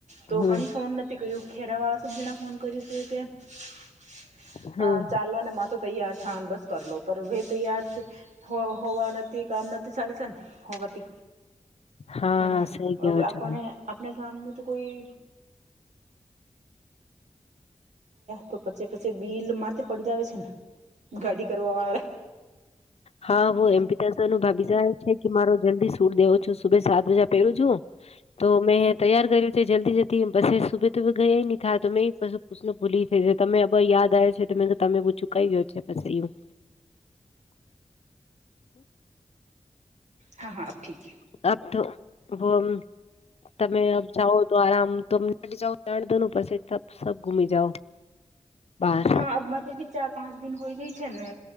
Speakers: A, on the right (about 85°); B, on the left (about 60°).
A: તો
B: હમ
A: કણી ફોન નથી કર્યું ખેરા વાળા સજીને ફોન કર્યું ત કે અ
B: હમ
A: ચાલવા અને મા તો તૈયાર થને બસ કર લો પણ હે તૈયાર છે હો હોવા નથી કામ નથી ચાલે છેને હોવા ત
B: હા
A: પણ
B: સહી કયો
A: આપણે
B: છો
A: આપણા ગામ ન તો કોઈ તો પછે પછી બિલ માથે પડજાવ છે ને ગાડી કરવા વાળા રે
B: હા
A: હમ
B: હ એમપી ભાગીચાર છે કે મારો જલ્દી સૂટ દેવો છું સુભે સાત વાજા પહેરું છું તો મેં તૈયાર કર્યો છે જલ્દી જલ્દી બસ સુબે તો સુબ ગયા નહીંા તો મે ભૂલી થઈ તમે બ યાદ આવ છે તો મે તમે પૂછું કઈ ગયો છે પછી એવું
A: હા હા ઠીક
B: હ અ તોમ તમે જાઓ તો આરામ ત તો પછ સબ ઘુમી જાઓ બાર
A: આમાંી ચાર પાંચ દિ હોય જાય છે ને